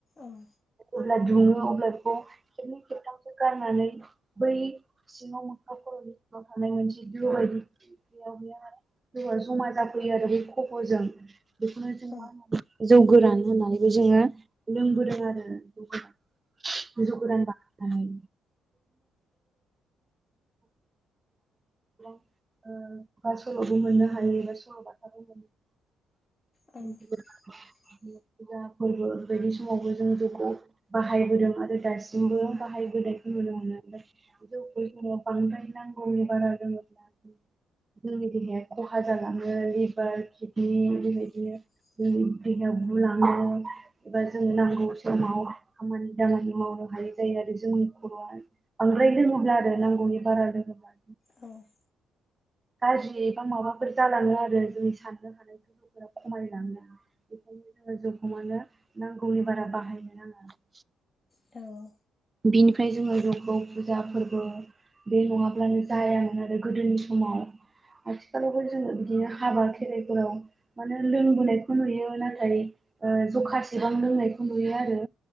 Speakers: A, on the left; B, on the right.
A: औ
B: अब्ला दुङो अब्ला बेखौ खेबनै खेबथामसो गारनानै बै सिङाव मोख्रा खर' नि सिङाव थानाय मोनसे दो बायदि गैया माने <unintelligible> जौआ जमा जाफैयो आरो बे खब'जों। बेखौनो जों
A: औ
B: मा होननानै जौ गोरान होननानैबो जोङो लोंबोदों आरो जौ गोरान। जौ गोरान बानायनानै <unintelligible> <unintelligible> ओ बा सल'बो मोननो हायो बा सल'बाथाबो मोनो।
A: औ <inaudible>
B: फुजा फोरबो बेबायदि समावबो जों जौखौ बाहायबोदों आरो दासिमबो बाहायबो बोनायखौ नुनो मोनो ओमफ्राय जौखो एसेबां बांद्राय नांगौनि बारा लोङोब्ला जोंनि देहाया खहा जालाङो लिभार किडनि बेबायदि
A: <inaudible>
B: देहाया बुलाङो एबा जों नांगौ समाव खामानि दामानि मावो हायै जायो आरो जोंनि खर'आ बांद्राय लोङोब्ला आरो नांगौनि बारा लोङोब्ला
A: औ
B: गाज्रि एबा माबाफोर जालाङो आरो जोंनि साननो हानायफोरखौ खमाय <unintelligible> <unintelligible> न जौखौ मानो नांगौनि बारा बाहायनो नाङा
A: औ
B: बिनिफ्राय जोङो जौखौ फुजा फोरबो बे नङाब्लानो जायामोन आरो गोदोनि समाव आथिखालावबो जोङो बिदिनो हाबा खेराइफोराव माने लोंबोनायखौ नुयो नाथाय ओ जखासेबां लोंनायखौ नुयो आरो